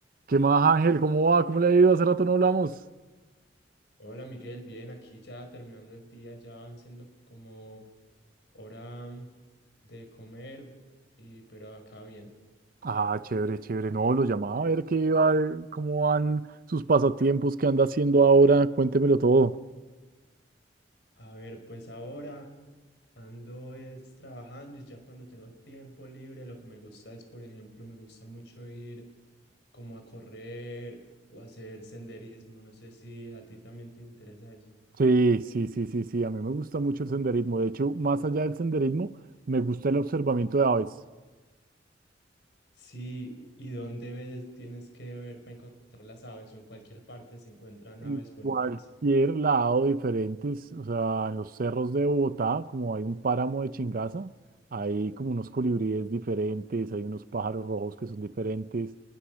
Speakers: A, on the right (about 50°); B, on the left (about 70°).
A: ¿Qué más, Ángel? ¿Cómo va? ¿Cómo le ha ido? Hace rato no hablamos.
B: Hola Miguel, bien, aquí ya terminando el día, ya van siendo como hora de comer, y, pero acá bien.
A: Ah, chévere, chévere. No, lo llamaba a ver qué va, cómo van sus pasatiempos, qué anda haciendo ahora. Cuéntemelo todo.
B: A ver, pues ahora ando es trabajando y ya cuando tengo tiempo libre, lo que me gusta es, por ejemplo, me gusta mucho ir como a correr o hacer senderismo. No sé si a ti también te interesa eso.
A: Sí, sí, sí, sí, sí. A mí me gusta mucho el senderismo. De hecho, más allá del senderismo, me gusta el observamiento de aves.
B: Sí, ¿y dónde ves, tienes que ver para encontrar las aves o en cualquier parte se encuentran
A: En
B: aves bonitas?
A: cualquier lado diferentes, o sea, en los cerros de Bogotá, como hay un páramo de Chingaza, hay como unos colibríes diferentes, hay unos pájaros rojos que son diferentes.